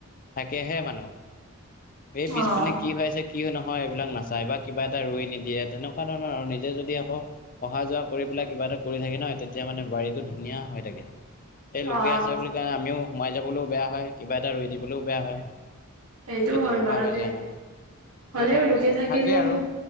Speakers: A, on the left; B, on the right.
A: থাকেহে মানুহ। এই পিছপিনে
B: অ',
A: কি হৈ আছে কি নহয়। বিলাক নাচায় বা কিবা এটা ৰই নিদিয়ে তেনেকুৱা ধৰণৰ আৰু নিজে যদি আকৌ। অহা যোৱা কৰি পেলাই কিবা এটা কৰি থাকে ন তেতিয়া মানে বাৰীটো ধুনীয়া হৈ থাকে। এই লোকে
B: অ',
A: আছে বুলি কাৰণে আমিও সোমাই যাবলৈও বেয়া হয় কিবা এটা ৰৈ দিবলৈও বেয়া হয়। এই
B: সেইটো হয়
A: তেনেকুৱা
B: বাৰু
A: হৈ
B: দেই।
A: যায় মানে
B: হ'লেও
A: সিহঁতে
B: লোকে
A: মানে
B: থাকিলেও
A: থাকে আৰু